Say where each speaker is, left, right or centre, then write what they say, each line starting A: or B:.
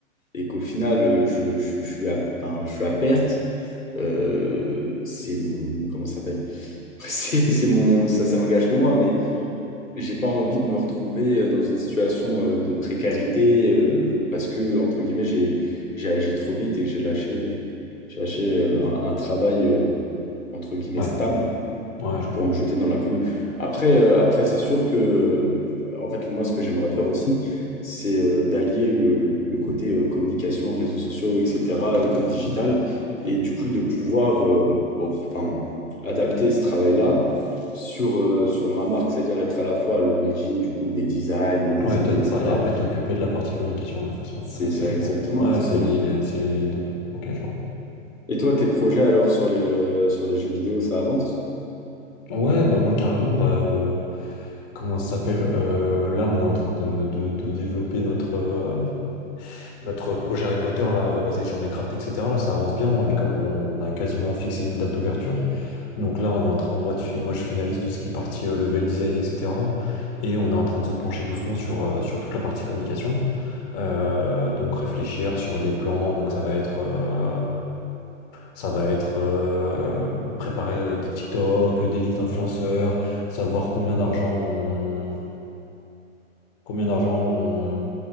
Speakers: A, on the left (about 85°); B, on the left (about 30°).
A: et qu'au final, euh, je, je, je suis à, ben, je suis à perte, euh, c'est mon, comment ça s'appelle? <laughs> C'est c'est mon, ça, ça n'engage que moi, mais j'ai pas envie de me retrouver euh, dans une situation euh, de précarité euh, parce que, entre guillemets, j'ai, j'ai agi trop vite et que j'ai lâché, euh, j'ai lâché euh, un, un travail, euh, entre guillemets,
B: ouais,
A: stable
B: ouais, je comprends.
A: pour me jeter dans l'inconnu. Après, euh, après c'est sûr que, euh, en fait, moi, ce que j'aimerais faire aussi, c'est euh, d'allier le, le côté euh, communication, réseaux sociaux, etc., euh, comme digital, et du coup, de pouvoir euh, au- enfin, adapter ce travail-là sur, euh, sur ma marque, c'est-à-dire être à la fois à l'origine, du coup, des designs, des
B: Ouais, et,
A: idées,
B: toi, te
A: etc.
B: par- et après t'occuper de la partie communication, ouais, forcément.
A: C'est
B: Ouais, ok,
A: ça,
B: je comprends.
A: exactement,
B: Ouais,
A: exactement.
B: c'est lié, les- c'est lié les deux, ouais. Ok, je vois.
A: Et toi, tes projets, alors, sur les, euh, sur les jeux vidéo, ça avance?
B: Ouais, bah moi carrément, bah euh, comment ça s'appelle? euh, là, on est en train de, de- de développer notre, euh, notre projet Harry Potter là, basé sur Minecraft, etc. Là, ça avance bien, on est comme on a quasiment fixé une date d'ouverture. Donc là, on est en train, moi, de fi- moi je finalise tout ce qui est partie euh, level design, etc. Et on est en train de se pencher doucement sur, euh, sur toute la partie communication. Euh, donc réfléchir sur des plans, donc ça va être. euh, ça va être euh, préparer euh, des TikTok, euh, des listes d'influenceurs, savoir combien d'argent on, combien d'argent on,